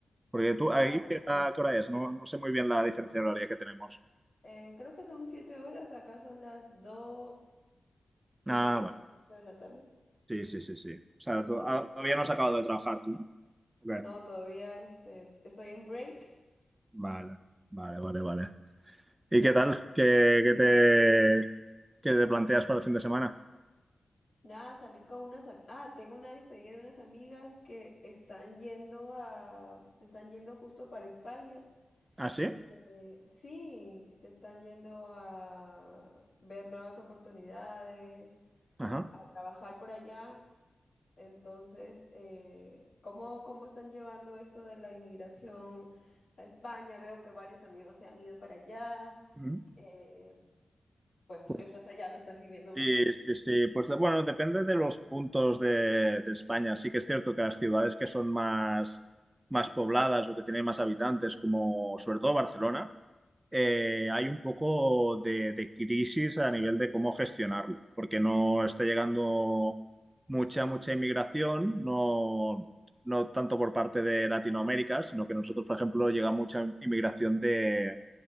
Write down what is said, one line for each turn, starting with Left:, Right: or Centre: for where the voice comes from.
Right: Porque tú,
Left: Oh,
Right: ahí, ¿qué hora, qué hora es? No, no sé muy bien la diferencia horaria que tenemos.
Left: eh, creo que son siete horas. Acá son las dos
Right: Ah,
Left: y cuarenta
Right: vale.
Left: de la tarde.
Right: Sí, sí, sí, sí. O sea, tú-
Left: Sí.
Right: ah, todavía no has acabado de trabajar tú, ¿no? Ok.
Left: No, todavía este, estoy en break.
Right: Vale, vale, vale, vale. ¿Y qué tal? ¿Qué, qué te, qué te planteas para el fin de semana?
Left: Nada, salir con unas... am- Ah, tengo una despedida de unas amigas que están yendo a... Están yendo justo para España.
Right: ¿Ah, sí?
Left: Eh, sí, se están yendo a ver nuevas oportunidades,
Right: Ajá.
Left: a trabajar por allá. Entonces, eh, ¿cómo, cómo están llevando esto de la inmigración a España? Veo que varios amigos se han ido para allá.
Right: Mm.
Left: Eh, pues
Right: Pues
Left: tú que estás allá lo estás viviendo
Right: Sí,
Left: mm,
Right: sí, sí. Pues bueno, depende de los puntos de, de España. Sí que es cierto que las ciudades que son más, más pobladas o que tienen más habitantes, como sobre todo Barcelona, eh, hay un poco de, de crisis a nivel de cómo gestionarlo, porque no está llegando mucha, mucha inmigración, no, no tanto por parte de Latinoamérica, sino que nosotros, por ejemplo, llega mucha inmigración de,